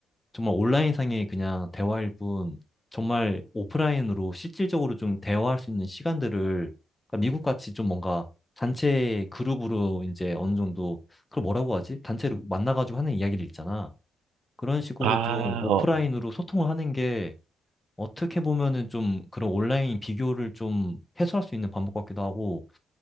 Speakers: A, on the left; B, on the right.
A: 정말 온라인상의 그냥 대화일 뿐 정말 오프라인으로 실질적으로 좀 대화할 수 있는 시간들을 그러니까 미국 같이 좀 뭔가 단체 그룹으로 이제 어느 정도 그걸 뭐라고 하지? 단체로 만나가지고 하는 이야기를 있잖아. 그런 식으로
B: 아,
A: 좀 오프라인으로
B: 어. 어.
A: 소통을 하는 게 어떻게 보면은 좀 그런 온라인 비교를 좀 해소할 수 있는 방법 같기도 하고